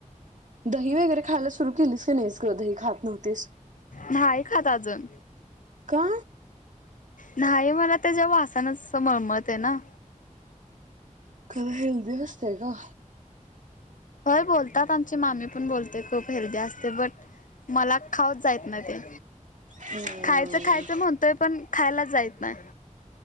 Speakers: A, on the right (about 65°); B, on the left (about 75°).
A: दही वगैरे खायला सुरु केलीस काी नाहीच ग दही खात नव्हतीस
B: नाही खात अजून
A: का
B: नाही मला त्याच्या वासानच मळमत आहे ना
A: का बवस्त आहे का
B: होय बोलतात आमची मामी पण बोलते खूप हेरदी असते बट मला खाऊत जायत ना ते
A: हम्म
B: खायचं खायचं म्हणतोय पण खायलाच जायच ना